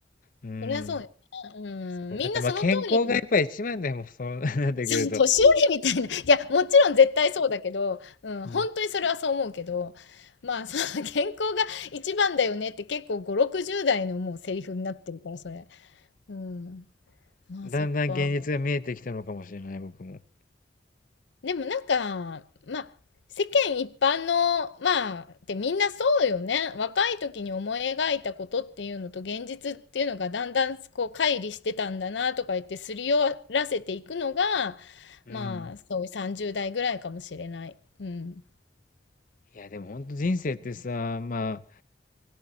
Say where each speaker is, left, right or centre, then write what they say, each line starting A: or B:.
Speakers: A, on the left; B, on the left.
A: うん。
B: そりゃそうよね。うん、
A: そうだからまあ健康がやっぱり一番だよ、
B: みんなその通りに、<laughs>
A: もうそう <laughs> なってくると。
B: その年寄りみたいな、いや、もちろん絶対そうだけど、うん、
A: うん。
B: 本当にそれはそう思うけど、まあ、その健康が一番だよねって結構5、60代のもうセリフになってるから、それ。うん、まあ、
A: だんだん現実が見えてきたのかもしれない、
B: そっか。
A: 僕も。
B: でもなんか、まあ、世間一般の、まあ、ってみんなそうよね。若い時に思い描いたことっていうのと現実っていうのがだんだんこう乖離してたんだなとか言ってすり寄らせていくのが、
A: うん。
B: まあ、そういう30代ぐらいかもしれない。うん。
A: いや、でも本当人生ってさ、まあ、